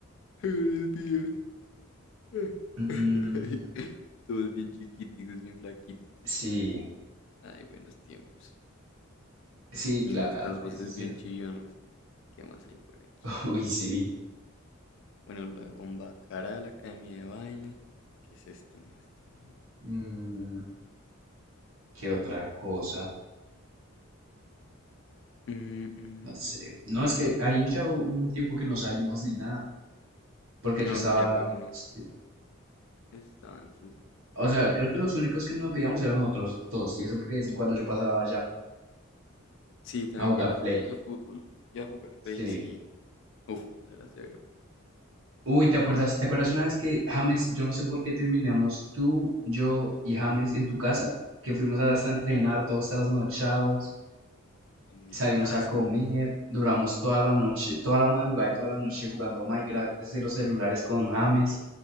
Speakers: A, on the left (about 60°); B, on the right (about 75°).
A: hago los videos. <laughs>
B: mm,
A: Todos bien chiquititos, bien flaquitos.
B: sí,
A: Ay, buenos tiempos.
B: sí,
A: Y
B: claro,
A: nuestras voces
B: eso sí
A: bien
B: era.
A: chillonas. ¿Qué más hay por aquí?
B: <laughs> Uy, sí.
A: Bueno, la bomba cara la academia de baile. ¿Qué es esto? No, esto no.
B: Mm, ¿qué otra cosa?
A: Mm, mm,
B: No sé.
A: mm,
B: No,
A: mm,
B: es que ahí
A: mm. mm.
B: ya hu- hubo un tiempo que no salimos ni nada. Porque
A: No,
B: yo estaba.
A: que ya cada uno
B: sí.
A: estaba en sus
B: O
A: vueltas.
B: sea, creo que los únicos que no pedíamos eran nosotros dos. Y eso porque de vez en cuando yo pasaba allá
A: Sí, también
B: a jugar
A: fue a la escuela
B: Play.
A: de fútbol y a jugar play,
B: Sí.
A: sí. Uf, eso era severo.
B: Uy, ¿te acuerdas? ¿Te acuerdas una vez que James, yo no sé por qué terminamos tú, yo y James en tu casa? Que fuimos hasta a entrenar todos trasnochados.
A: En mi
B: Salimos
A: casa,
B: a comer, duramos toda la noche, toda la madrugada y toda la noche jugando Minecraft desde los celulares con James.